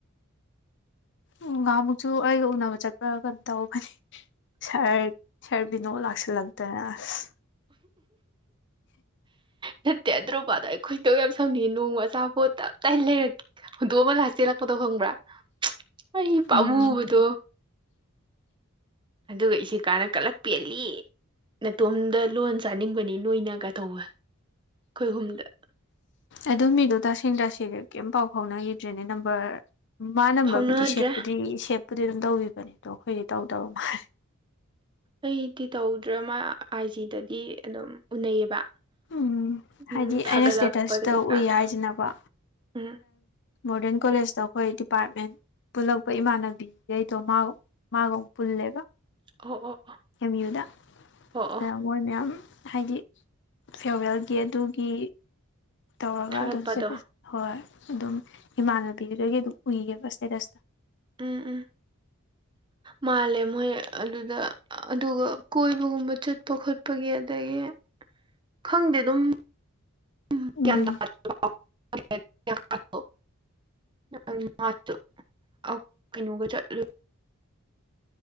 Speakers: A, on the left; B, on the right.
A: ꯎ ꯉꯥꯃꯨꯛꯁꯨ ꯑꯩꯒ ꯎꯅꯕ ꯆꯠꯄ ꯀꯩꯅꯣ ꯇꯧꯧꯕ ꯐꯅꯤ ꯁꯥꯔ ꯁꯥꯔꯕꯤꯅꯣꯛ ꯂꯥꯛꯁꯤꯜꯂꯛꯇꯅ ꯑꯁ
B: ꯅꯠꯇꯦ ꯑꯗ꯭ꯔꯣꯄꯗ ꯑꯩ ꯈꯣꯏꯗꯧ ꯌꯥꯝ ꯁꯪꯅꯤ ꯅꯣꯡ ꯑꯆꯥꯄꯣꯠꯇꯇꯥꯏꯅ ꯂꯩꯔꯛꯦ ꯍꯨꯟꯗꯣꯛ ꯑꯝꯃꯒꯥ ꯍꯥ ꯆꯦꯜꯂꯛꯄꯗꯣ ꯈꯪꯕ꯭ꯔꯥ ꯑꯩ ꯄꯥꯝꯃꯨꯕꯗꯣ
A: ꯎꯝ
B: ꯑꯗꯨꯒ ꯏꯆꯦ ꯀꯥꯟꯅ ꯀꯂꯛꯄꯦꯜꯂꯤ ꯃꯇꯇꯣꯝꯗ ꯂꯣꯟ ꯆꯥꯅꯤꯡꯕꯅꯤ ꯅꯣꯏꯅꯒ ꯇꯧꯕ ꯑꯩꯈꯣꯏꯍꯨꯝꯗ
A: ꯑꯗꯨ ꯃꯤꯗꯣ ꯇꯥꯥꯁꯦꯡ ꯇꯥꯁꯤꯗꯤ ꯀꯔꯤꯝ ꯄꯥꯎ ꯐꯥꯎꯅꯈꯤꯗ꯭ꯔꯦꯅꯦ ꯅꯝꯕꯔ ꯃꯥ ꯅꯝꯕꯔꯕꯨꯗꯤ
B: ꯐꯥꯎꯅꯗ꯭ꯔꯦ
A: ꯁꯦꯞꯄꯨꯗꯤ ꯁꯦꯞꯄꯨꯗꯤ ꯑꯗꯨꯝ ꯇꯧꯕꯤꯕꯅꯦ ꯑꯗꯣ ꯑꯩꯈꯣꯏꯗꯤ ꯇꯧꯗꯕ ꯃꯥꯜꯂꯦ
B: ꯑꯩꯗꯤ ꯇꯧꯗ꯭ꯔꯦ ꯃꯥ ꯑꯥꯏ ꯖꯤꯗꯗꯤ ꯑꯗꯨꯝ ꯎꯅꯩꯌꯦꯕ
A: ꯎꯝ
B: ꯎꯝ
A: ꯍꯥꯏꯗꯤ
B: ꯊꯥꯒꯠꯂꯛꯄꯗ
A: ꯑꯩꯅ ꯏꯁꯇꯦꯇꯁꯇ
B: ꯀꯩꯀꯥꯗꯣ
A: ꯎꯏ ꯍꯥꯏꯁꯤꯅꯕ
B: ꯎꯝ
A: ꯃꯣꯔꯗꯟ ꯀꯣꯂꯦꯖꯇ ꯑꯩꯈꯣꯏ ꯗꯤꯄꯥꯔꯠꯃꯦꯟ ꯄꯨꯜꯂꯛꯄ ꯏꯃꯥꯟꯅꯕꯤꯈꯩꯗꯣ ꯃꯥꯒ ꯃꯥꯒ ꯑꯃꯨꯛ ꯄꯨꯜꯂꯦꯕ
B: ꯑꯣ ꯑꯣ
A: ꯑꯦꯝ ꯌꯨ
B: ꯑꯣ ꯑꯣ
A: ꯗ ꯃꯣꯏ ꯃꯌꯥꯝ ꯍꯥꯏꯗꯤ ꯐꯦꯔꯋꯦꯜꯒꯤ ꯑꯗꯨꯒꯤ ꯇꯧꯔꯒ
B: ꯊꯥꯒꯠꯄꯗꯣ
A: ꯑꯗꯨꯝ ꯁ꯭ꯇꯦꯇꯁ ꯍꯣꯏ ꯑꯗꯨꯝ ꯏꯃꯥꯟꯅꯕꯤꯗꯨꯗꯒꯤ ꯑꯗꯨꯝ ꯎꯏꯌꯦꯕ ꯁ꯭ꯇꯦꯇꯁꯇ
B: ꯎꯝ ꯎꯝ ꯃꯥꯜꯂꯦ ꯃꯣꯏ ꯑꯗꯨꯗ ꯑꯗꯨꯒ ꯀꯣꯏꯕꯒꯨꯝꯕ ꯆꯠꯄ ꯈꯣꯠꯄꯒꯤ ꯑꯗꯒꯤ ꯈꯪꯗꯦ ꯑꯗꯨꯝ <unintelligible>
A: ꯎꯝ
B: <unintelligible> ꯀꯩꯅꯣꯒ ꯆꯠꯂ